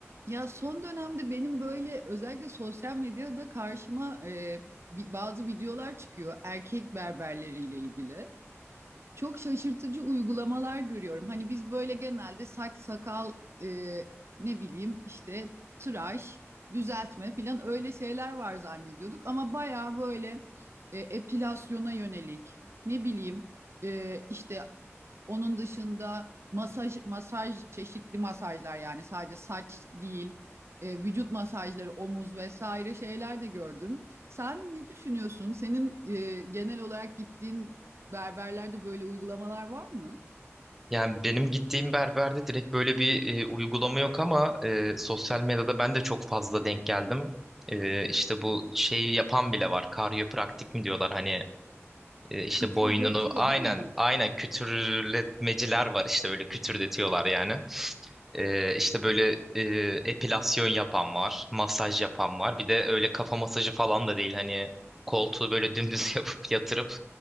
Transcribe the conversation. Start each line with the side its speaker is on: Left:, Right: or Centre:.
Right: Ya son dönemde benim böyle özellikle sosyal medyada karşıma e, bi- bazı videolar çıkıyor erkek berberleriyle ilgili. Çok şaşırtıcı uygulamalar görüyorum. Hani biz böyle genelde saç sakal e, ne bileyim işte tıraş, düzeltme filan öyle şeyler var zannediyorduk. Ama bayağı böyle e, epilasyona yönelik ne bileyim e, işte onun dışında masaj masaj çeşitli masajlar yani sadece saç değil e, vücut masajları, omuz vesaire şeyler de gördüm. Sen ne düşünüyorsun? Senin e, genel olarak gittiğin berberlerde böyle uygulamalar var mı?
Centre: Yani benim gittiğim berberde direkt böyle bir e, uygulama yok ama e, sosyal medyada ben de çok fazla denk geldim. E, işte bu şeyi yapan bile var. Karyopraktik mi diyorlar hani e, işte
Right: Kütürdetiyor
Centre: boynunu aynen
Right: değil mi?
Centre: aynen kütürletmeciler var işte böyle kütürdetiyorlar yani. E, işte böyle e, epilasyon yapan var, masaj yapan var. Bir de öyle kafa masajı falan da değil hani koltuğu böyle dümdüz <laughs> yapıp yatırıp